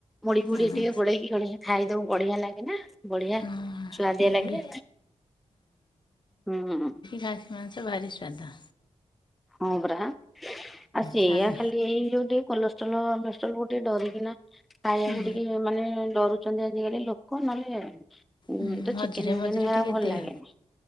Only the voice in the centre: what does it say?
ମୁଢିପୁଢି
ଟିକେ ଗୋଳେଇକି ଗୋଳେଇକି ଖାଇଦଉ ବଢିଆ ଲାଗେ ନା ବଢିଆ।
ସୁଆଦିଆ
ଲାଗେ ହଁ
ହଁ ବ୍ରହା ଆ ସେଇଆ
ଖାଲି ଏଇ ଯୋଉ ଟିକେ କଲ ଷ୍ଟଲହଷ୍ଟଲକୁ ଟିକେ ଡରିକିନା ଖାଇବାକୁ
ଟିକେ ମାନେ ଡରୁ। ଅଛନ୍ତି ଆଜିକାଲି ଲୋକ ନହେଲେ ଉମ
ତ
ଚିକେନଫିକେନ
ଖାଇବାକୁ
ଭଲ
ଲାଗେନି।